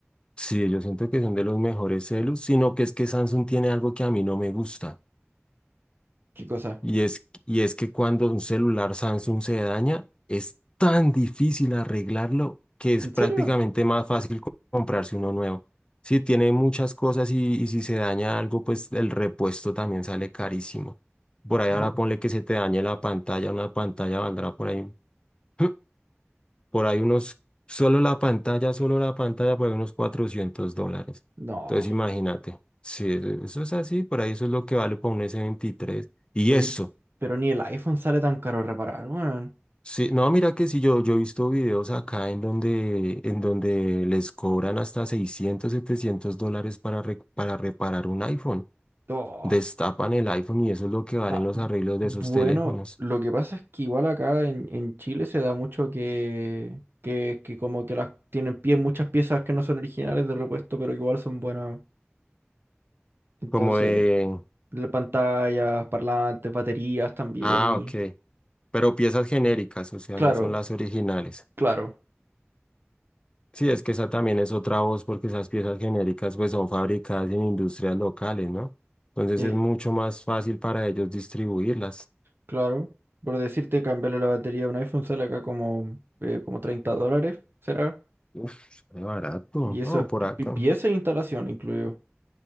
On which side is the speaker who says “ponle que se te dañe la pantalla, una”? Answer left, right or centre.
Left